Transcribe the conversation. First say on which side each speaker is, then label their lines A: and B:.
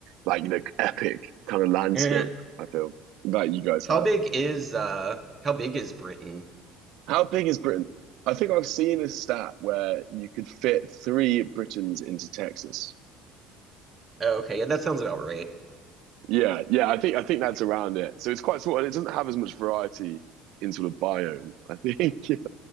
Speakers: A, on the right (about 65°); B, on the right (about 20°).
A: like you know, epic kind of landscape.
B: Eh.
A: I feel that you guys
B: How
A: have.
B: big is uh, how big is Britain?
A: How big is Britain? I think I've seen a stat where you could fit three Britons into Texas.
B: Oh, okay, yeah, that sounds about right.
A: Yeah, yeah, I think I think that's around it. So it's quite small, and it doesn't have as much variety in sort of biome. I think, <laughs>